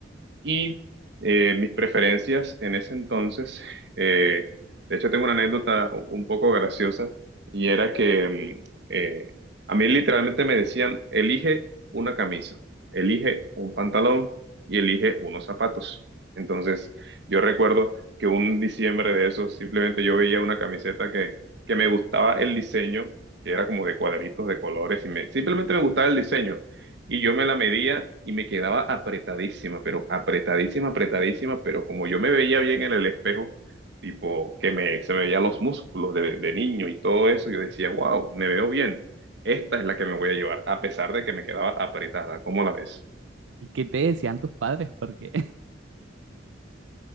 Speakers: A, on the right; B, on the right.
A: Y eh, mis preferencias en ese entonces, <laughs> eh, de hecho tengo una anécdota u- un poco graciosa y era que mm, eh, a mí literalmente me decían, elige una camisa, elige un pantalón y elige unos zapatos. Entonces yo recuerdo que un diciembre de esos simplemente yo veía una camiseta que, que me gustaba el diseño, que era como de cuadritos de colores y me, simplemente me gustaba el diseño. Y yo me la medía y me quedaba apretadísima, pero apretadísima, apretadísima, pero como yo me veía bien en el espejo, tipo que me, se me veían los músculos de, de niño y todo eso, yo decía, wow, me veo bien. Esta es la que me voy a llevar, a pesar de que me quedaba apretada. ¿Cómo la ves?
B: ¿Y qué te decían tus padres? Porque